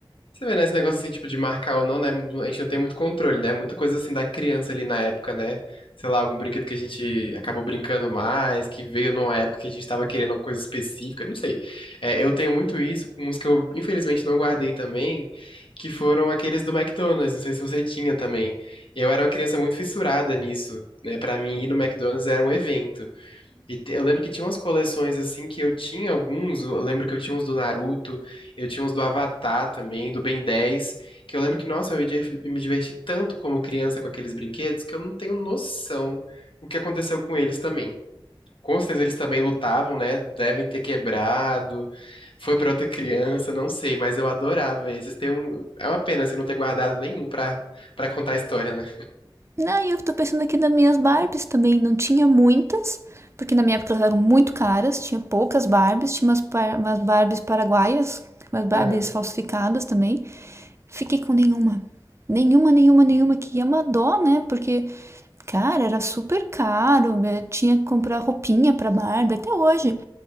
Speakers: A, on the left (about 75°); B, on the right (about 30°).
A: Você vê, né, esse negócio assim, tipo, de marcar ou não, né? A gente não tem muito controle, né? Muita coisa assim da criança ali na época, né? Sei lá, algum brinquedo que a gente acabou brincando mais, que veio numa época que a gente tava querendo uma coisa específica, não sei. É, eu tenho muito isso com uns que eu, infelizmente, não guardei também, que foram aqueles do McDonald's, não sei se você tinha também. Eu era uma criança muito fissurada nisso, né? Pra mim, ir no McDonald's era um evento. E te- eu lembro que tinha umas coleções assim que eu tinha alguns, eu lembro que eu tinha uns do Naruto, eu tinha uns do Avatar também, do Ben 10, que eu lembro que, nossa, eu me diver- me diverti tanto como criança com aqueles brinquedos que eu não tenho noção o que aconteceu com eles também. Com certeza eles também lutavam, né? Devem ter quebrado, foi pra outra criança, não sei, mas eu adorava esses. Tem um... É uma pena assim, não ter guardado nenhum pra, pra contar a história, né?
B: Não, e eu tô pensando aqui nas minhas Barbies também. Não tinha muitas, porque na minha época elas eram muito caras, tinha poucas Barbies, tinha umas, par- umas Barbies paraguaias, umas Barbies
A: Aham,
B: falsificadas também. Fiquei com nenhuma. Nenhuma, nenhuma, nenhuma, que é uma dó, né? Porque, cara, era super caro, né? tinha que comprar roupinha pra Barbie, até hoje.